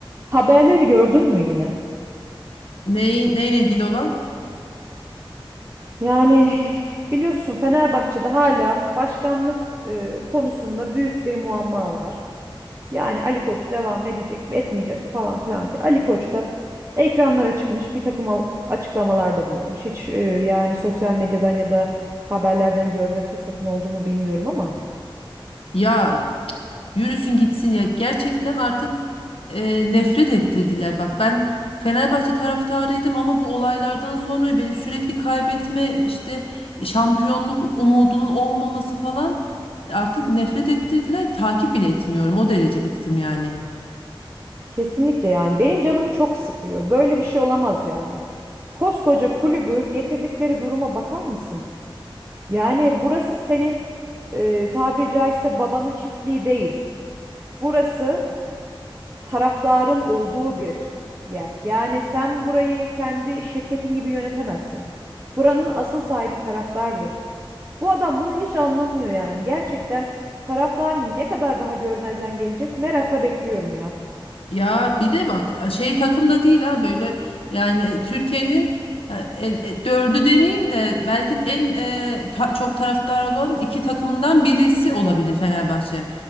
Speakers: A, on the right (about 30°); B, on the left (about 85°).
A: Haberleri gördün mü yine?
B: Ney- neyle ilgili olan?
A: Yani biliyorsun Fenerbahçe'de hala başkanlık e, konusunda büyük bir muamma var. Yani Ali Koç devam edecek mi, etmeyecek mi falan filan diye. Ali Koç da ekranlara çıkmış, bir takım al- açıklamalarda bulunmuş. Hiç e, yani sosyal medyadan ya da haberlerden görme fırsatın oldu mu bilmiyorum ama
B: Ya yürüsün gitsin ya. Gerçekten artık e, nefret ettirdiler. Bak ben Fenerbahçe taraftarıydım ama bu olaylardan sonra beni sürekli kaybetme işte şampiyonluk umudunun olmaması falan artık nefret ettirdiler. Takip bile etmiyorum. O derece bıktım yani.
A: kesinlikle yani benim canımı çok sıkıyor. Böyle bir şey olamaz yani. Koskoca kulübü getirdikleri duruma bakar mısın? Yani burası senin e, tabiri caizse babanın çiftliği değil. Burası taraftarın olduğu bir yer. Yani sen burayı kendi şirketin gibi yönetemezsin. Buranın asıl sahibi taraftardır. Bu adam bunu hiç anlamıyor yani. Gerçekten taraftar ne kadar daha görmezden gelecek merakla bekliyorum ya.
B: Ya bir de bak şey takımda değil ha böyle yani e, Türkiye'nin e, e, e, dördü demeyeyim de belki en e, ta- çok taraftar olan iki takımdan birisi olabilir Fenerbahçe.